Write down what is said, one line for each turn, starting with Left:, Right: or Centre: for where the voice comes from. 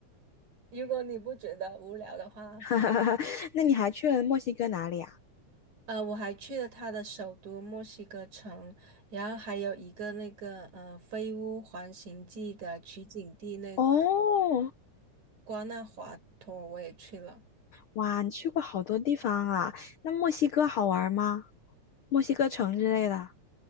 Right: 如果你不觉得无聊的话，
Left: <laughs> 那你还去了墨西哥哪里啊？
Right: 呃，我还去了它的首都墨西哥城，然后还有一个那个呃《飞屋环形记》的取景地那
Left: 哦，
Right: 瓜纳华托，我也去了。
Left: 哇，你去过好多地方啊。那墨西哥好玩吗？墨西哥城之类的。